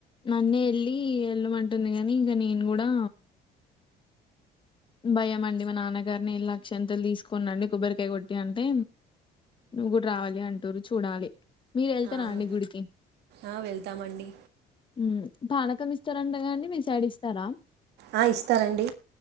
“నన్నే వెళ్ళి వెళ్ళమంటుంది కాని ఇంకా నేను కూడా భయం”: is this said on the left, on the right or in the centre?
Left